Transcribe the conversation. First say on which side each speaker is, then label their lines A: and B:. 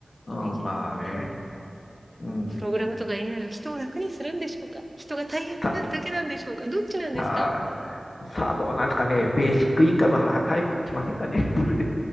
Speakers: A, on the left; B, on the right.
A: うん、
B: イメージですね。
A: まあね。うん。
B: プログラムとか AI は人を楽にするんでしょうか人が大変になるだけなんでしょうかどっちなんですか
A: さ、さあ、さあ、どうなんですかね。ベーシックインカムは早く来ませんかね。<laughs> それで。